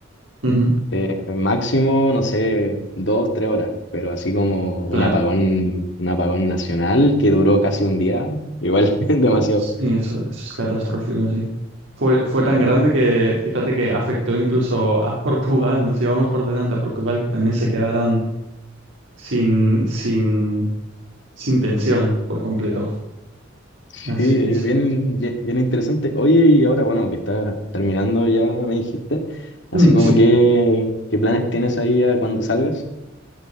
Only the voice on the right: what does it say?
ujú,
claro.
Sí, eso, eso es catastrófico, sí. Fue, fue tan
grande que fíjate que afectó incluso a <laughs> Portugal, nos llevamos por delante a Portugal, que también se quedaron sin, sin, sin tensión por completo.
Así
que sí.
Mm,
Sí,